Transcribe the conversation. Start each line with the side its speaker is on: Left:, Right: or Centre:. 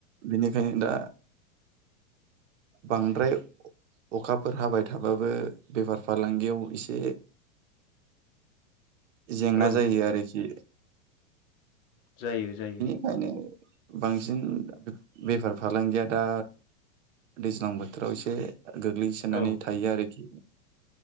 Right: बेनिखायनो दा बांद्राय अखाफोर हाबाय थाबाबो बेफार फालांगियाव एसे जेंना
Left: औ
Right: जायो आरोखि।
Left: जायो जायो।
Right: बेखायनो बांसिन बेफार फालांगिया दा दैज्लां बोथोराव एसे गोग्लैसोनानै
Left: औ
Right: थायो आरोखि।